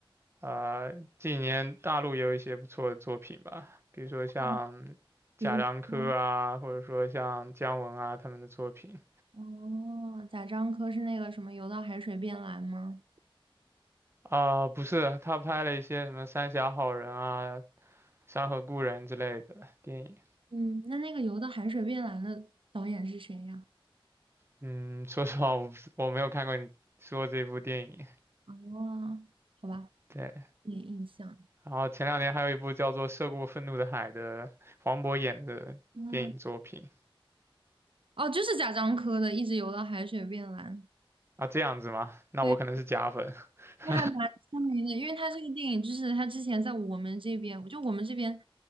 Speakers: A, on the right; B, on the right.
A: 呃，近年大陆也有一些不错的作品吧，比如说像贾樟柯啊，
B: 哦，比如说。
A: 或者说像姜文啊他们的作品
B: 哦，贾樟柯是那个什么《游到海水变蓝》吗？
A: 啊，不是，他拍了一些什么《三峡好人》啊、《山河故人》之类的电影。
B: 嗯，那那个《游到海水变蓝》的导演是谁呀？
A: 嗯，说实话，我不我没有看过你说这部电影。
B: 哦，好吧，
A: 对，
B: 没印象。
A: 然后前两年还有一部叫做《涉过愤怒的海》的黄渤演的电影作品
B: 那哦，就是贾樟柯的《一直游到海水变蓝》。
A: 啊，这样子吗？那我可能是假粉。
B: 对，
A: <laughs>
B: 因为还蛮出名的，因为他这个电影就是他之前在我们这边，就我们这边，